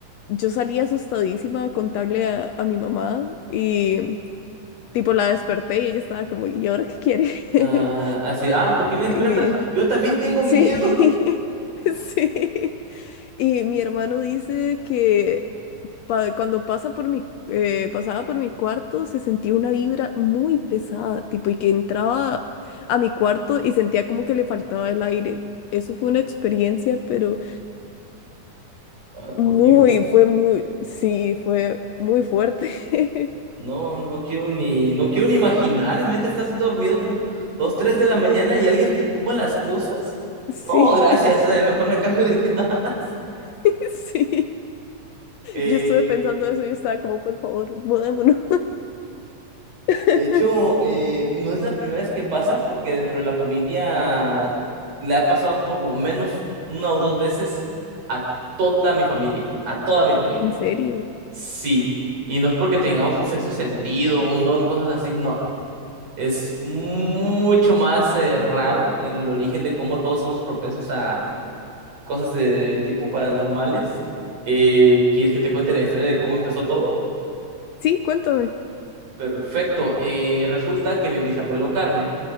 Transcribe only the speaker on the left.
yo salí asustadísima a contarle a, a mi mamá y tipo la desperté y ella estaba como, ¿y ahora qué quiere? <laughs>
Y
Sí,
<laughs> sí. Y mi hermano dice que pa- cuando pasa por mi, eh, pasaba por mi cuarto se sentía una vibra muy pesada, tipo, y que entraba a mi cuarto y sentía como que le faltaba el aire. Eso fue una experiencia, pero
muy,
fue muy, sí, fue muy fuerte. <laughs>
Sí,
<laughs> sí.
Yo estuve pensando eso y estaba como, por favor, mudémonos. <laughs>
En serio.
Sí, cuéntame.